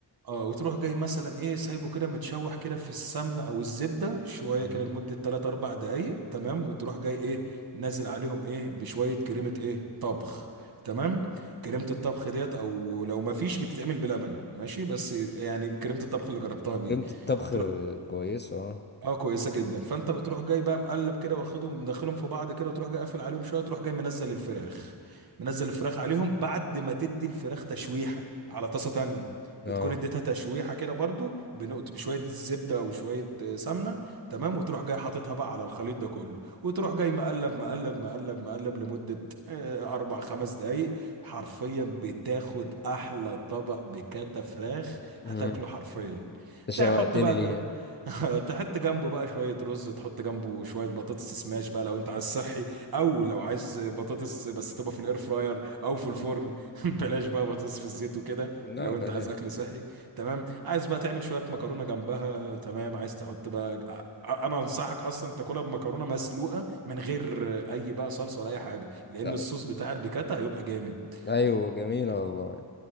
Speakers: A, on the right; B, on the left.
A: اه وتروح جاي مثلا ايه سايبه كده متشوح كده في السمنه او الزبده شويه
B: مم.
A: كده لمده 3 4 دقائق تمام وتروح جاي ايه نازل عليهم ايه بشويه كريمه ايه طبخ تمام كريمه الطبخ ديت او لو ما فيش بتتعمل بلبن ماشي بس يعني كريمه الطبخ اللي جربتها بيه
B: كريمه الطبخ
A: تروح
B: آه، كويس اه
A: اه كويسه جدا فانت بتروح جاي بقى مقلب كده واخدهم مدخلهم في بعض كده وتروح جاي قافل عليهم شويه تروح جاي منزل الفراخ منزل الفراخ عليهم بعد ما تدي الفراخ تشويحه على طاسه تانية
B: اه
A: بتكون اديتها تشويحه كده برضو بنقط بشويه زبده وشويه آه، سمنه تمام وتروح جاي حاططها بقى على الخليط ده كله وتروح جاي مقلب مقلب مقلب مقلب لمده آه، اربع خمس دقايق حرفيا بتاخد احلى طبق بكاتا فراخ
B: مم.
A: هتاكله حرفيا
B: انت
A: تحط
B: شوقتني
A: بقى
B: ليه
A: <laughs> تحط جنبه بقى شوية رز تحط جنبه شوية بطاطس سماش بقى لو انت عايز صحي او لو عايز بطاطس بس تبقى في الاير فراير او في الفرن <laughs> بلاش بقى بطاطس في الزيت وكده
B: لا
A: لو
B: بلاش
A: انت عايز اكل صحي تمام عايز بقى تعمل شوية مكرونة جنبها تمام عايز تحط بقى أ- انا انصحك اصلا تاكلها بمكرونة مسلوقة من غير اي بقى صلصة ولا اي حاجة لان
B: آه،
A: الصوص بتاع البيكاتا هيبقى جامد
B: ايوه جميله والله